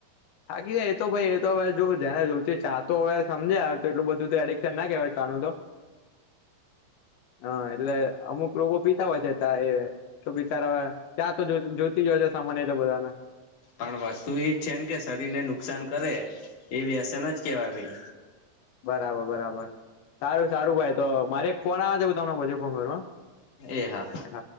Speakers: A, on the left (about 80°); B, on the left (about 50°).
A: બાકી એ તો ભાઈ એ તો હવે જો જેને જોથી ચા તો હવે સમજ આવે તો એટલું બધું એડિક્શન ના કહેવાય ચાનું તો હા એટલે અમુક લોકો પીતા હોય છે ચા એ તો બિચારા આવે ચા તો જોતી જશે સામાન એ તો બધાના.
B: પણ વસ્તુ એજ છે કે શરીરને નુકસાન કરે એ વ્યસન જ કેવાય ભઈ.
A: બરાબર બરાબર સારું સારું ભાઈ તો મારે એક ફોન આવે છે હું તમને પછી ફોન ફોન કરું
B: એ હા
A: હ.